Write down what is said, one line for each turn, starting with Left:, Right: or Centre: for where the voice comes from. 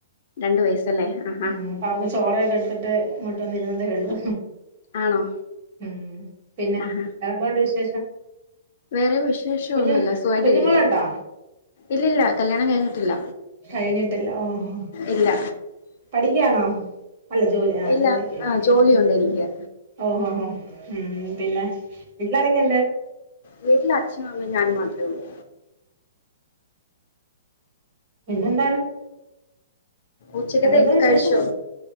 Left: രണ്ട് വയസ്സല്ലേ ആഹാ
Right: ഉം അപ്പ അവന് ചോറെ കൊടുത്തിട്ട് ഇങ്ങോട്ട് വന്നിരുന്നതേ ഉള്ളു
Left: ആണോ
Right: ഉം പിന്നെ
Left: ആഹാ
Right: വേറെന്തോണ്ട് വിശേഷം?
Left: വേറെ വിശേഷം
Right: കുഞ്ഞ്
Left: ഒന്നുവില്ല സുഖായിട്ടിരിക്കുന്നു
Right: കുഞ്ഞുങ്ങളുണ്ടോ
Left: ഇല്ലില്ല കല്യാണം കഴിഞ്ഞിട്ടില്ല
Right: കഴിഞ്ഞിട്ടില്ല ഓഹോ
Left: ഇല്ല
Right: പഠിക്കയാണോ അല്ല ജോലി ആ
Left: ഇല്ല
Right: ജോലിക്കൊക്കെ
Left: ആ ജോലിയുണ്ട് എനിക്ക്
Right: ഓഹോഹോ ഉം പിന്നെ വീട്ടിലാരൊക്കെ ഇണ്ട്?
Left: വീട്ടില് അച്ഛനും അമ്മേം ഞാനും മാത്രേ ഉള്ളൂ
Right: പിന്നെന്താണ്?
Left: ഉച്ചക്കത്തെയൊക്കെ
Right: വേറെന്താ വിശേഷം
Left: കഴിച്ചോ